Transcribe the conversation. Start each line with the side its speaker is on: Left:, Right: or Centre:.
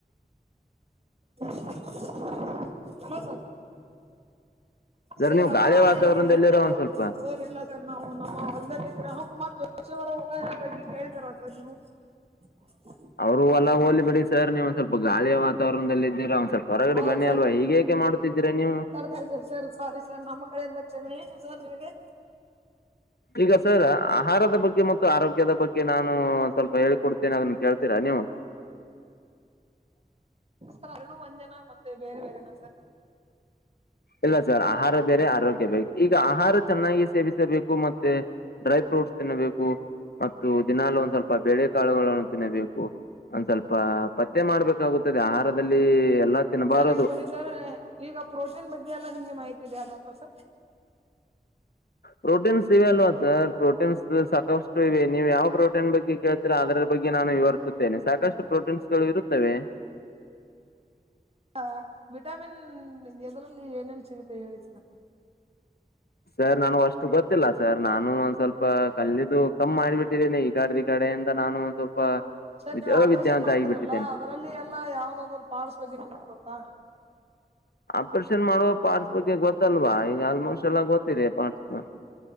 Right: ಹಲೋ ಸರ್. ಸರ್
Left: ನೀವು
Right: ಅವರ
Left: ಗಾಳಿ ವಾತಾವರಣದಲ್ಲಿರೋ
Right: ಎಮ್ಮೆ
Left: ಒಂದ್ ಸ್ವಲ್ಪ
Right: ಸರ್ ಇಲ್ಲ ಸರ್ ನಾವು ನಮ್ಮ ಹೊಲ್ದಲ್ಲಿ <unintelligible> ಜೋಶಿ ಅವರ ಹೊಲ ಬಗ್ಗೆ ಕೇಳ್ತಾರ ಸರ್ ನೀವು. <inaudible>
Left: ಅವರು ಹೊಲ ಹೋಲಿ ಬಿಡಿ ಸರ್ ನೀವು ಒಂದ ಸ್ವಲ್ಪ ಗಾಳಿಯ ವಾತಾವರಣದಲ್ಲಿದ್ದರ ಒಂದ್ ಸ್ವಲ್ಪ ಹೊರಗಡೆ
Right: ಹೌದ್
Left: ಬನ್ನಿ ಅಲ್ವಾ ಈಗೇಕ ಮಾಡುತ್ತಿದ್ದೀರಾ ನೀವು.
Right: ಸರಿ ಸರ್ ಸಾರೀ ಸರ್ ನಮ್ಮ ಕಡೆಯಿಂದ ಕ್ಷಮೆ ಸರ್ ನಿಮಗೆ
Left: ಈಗ ಸರ ಆಹಾರದ ಬಗ್ಗೆ ಮತ್ತು ಆರೋಗ್ಯದ ಬಗ್ಗೆ ನಾನು ಸ್ವಲ್ಪ ಹೇಳಿಕೊಡ್ತನ ಅದನ್ನ ಕೇಳ್ತೀರಾ ನೀವ.
Right: <unintelligible> ಎರಡು ಒಂದೇನಾ ಮತ್ತೆ ಬೇರೆ ಬೇರೆನ ಸರ್.
Left: ಇಲ್ಲ ಸರ್ ಆಹಾರ ಬೇರೆ ಆರೋಗ್ಯ ಬೇರೆ ಈಗ ಆಹಾರ ಚೆನ್ನಾಗಿ ಸೇವಿಸಬೇಕು ಮತ್ತೆ. ಡ್ರೈ ಫ್ರೂಟ್ಸ್ ತಿನ್ನಬೇಕು ಮತ್ತು ದಿನಾಲ ಒಂದ ಸ್ವಲ್ಪ ಬೆಳೆ ಕಾಳುಗಳನ್ನು ತಿನ್ನಬೇಕು. ಒಂದ ಸ್ವಲ್ಪ ಪತ್ತೆ ಮಾಡ್ಬೇಕಾಗುತ್ತದೆ ಆಹಾರದಲ್ಲಿ. ಎಲ್ಲಾ ತಿನ್ನಬಾರದು
Right: ಸರ್ ಈಗ ನೋಡಿ ಸರ್ ಈಗ ಪ್ರೋಟೀನ್ ಬಗ್ಗೆ ಎಲ್ಲ ನಿಮ್ಗೆ ಮಾಹಿತಿ ಇದೇನ ಸರ್.
Left: ಪ್ರೋಟೀನ್ಸ್ ಇವೆ ಅಲ್ವಾ ಸರ್ ಪ್ರೋಟೀನ್ಸ್ ಸಾಕಷ್ಟು ಇವೆ ನೀವು ಯಾವ ಪ್ರೋಟೀನ್ ಬಗ್ಗೆ ಕೆ ಅದರ ಬಗ್ಗೆ ನಾನು ವಿವರಿಸುತ್ತೇನೆ ಸಾಕಷ್ಟು ಪ್ರೋಟೀನ್ಸಗಳು ಇರುತ್ತವೆ.
Right: ಅ ವಿಟಾಮಿನ್ ಗಿದ್ರಲ್ಲಿ ಏನೇನ್ ಸಿಗತ್ತೆ ಹೇಳಿ ಸರ್.
Left: ಸರ್ ನಾನು ಅಷ್ಟು ಗೊತ್ತಿಲ್ಲ ಸರ್ ನಾನು ಒಂದ ಸ್ವಲ್ಪ ಕಲ್ಲಿದ್ದು ಕಮ್ಮ ಮಾಡಿಬಿಟ್ಟಿದ್ದಿನೆ ಈಗಾಡ ಕಡೆಯಿಂದ ನಾನು ಸ್ವಲ್ಪ
Right: ಸರ್ ನೀವು ಆಪರೇಷನ್
Left: ಅವಿದ್ಯಾ ಅಂತ
Right: ಮಾಡ್ತಿರಲ್ಲ
Left: ಆಗಿಬಿಟ್ಟಿದ್ದೀನಿ.
Right: ಅದರಲ್ಲಿ ಎಲ್ಲ ಯಾವ್ದಾದ್ರು ಪಾರ್ಟ್ಸ್ ಬಗ್ಗೆ ನಿಮಗ ಗೊತ್ತಾ.
Left: ಆಪರೇಷನ್ ಮಾಡು ಪಾರ್ಟ್ಸ್ ಬಗ್ಗೆ ಗೊತ್ತಲ್ವಾ ಈಗ ಆಲ್ಮೋಸ್ಟ್ ಎಲ್ಲ ಗೊತ್ತಿದೆ ಪಾರ್ಟ್ಸ್ಡ್.